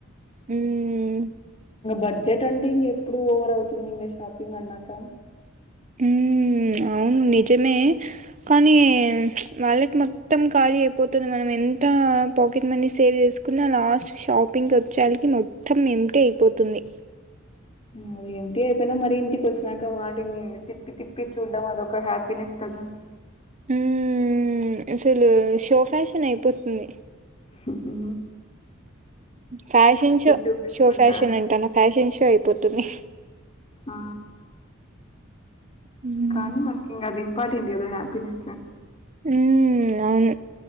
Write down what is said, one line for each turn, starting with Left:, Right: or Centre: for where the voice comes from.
Right: హ్మ్.
Left: బడ్జెట్ అంటే ఇంకా ఎప్పుడు ఎప్పుడు ఓవర్ అవుతుంది ఇంకా షాపింగ్ అన్నాక
Right: ఉహ్ అవును నిజమే కానీ వాలెట్ మొత్తం ఖాళీ అయిపోతది మనం ఎంత పాకెట్ మనీ సేవ్ చేసుకున్నా లాస్ట్ షాపింగ్కి వచ్చేలాకి మొత్తం ఏమిటే అయిపోతుంది
Left: మరి ఎంప్టీ అయిపోయినా మరి ఇంటికి వచ్చినాక వాటిని తిప్పి తిప్పి చూడ్డం అదొక హ్యాపీనెస్ కదా
Right: ఉహ్ అసలు షో ఫ్యాషన్ అయిపోతుంది
Left: ఉహు హ్
Right: ఫ్యాషన్ షో
Left: చూపించుకుంటా.
Right: షో ఫ్యాషన్ అంటాన్న ఫ్యాషన్ షో అయిపోతుంది
Left: ఆ....
Right: హ్మ్.
Left: కానీ మనకి ఇంగా అది ఇంపార్టెంట్ పిండి కదా హ్యాపినెస్ హా
Right: ఉహ్ అవును